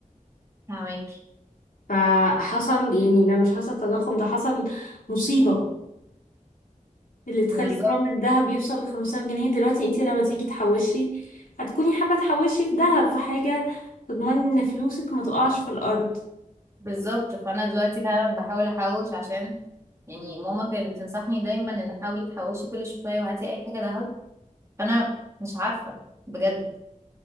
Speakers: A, on the right; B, on the left.
A: فاهمك
B: فحصل يعني ده مش حصل تضخم ده حصل مصيبة اللي تخلي
A: بالظبط
B: جرام الذهب يوصل لخمسة آلاف جنيه دلوقتي انتي لما تيجي تحوشي هتكوني حابة تحوشي في ذهب في حاجة تضمني ان فلوسك ما تقعش في الأرض
A: بالظبط فأنا دلوقتي فعلا بحاول أحوش عشان يعني ماما كانت بتنصحني دايما إن حاولي تحوشي كل شوية وهاتي أي حاجة دهب فأنا مش عارفة بجد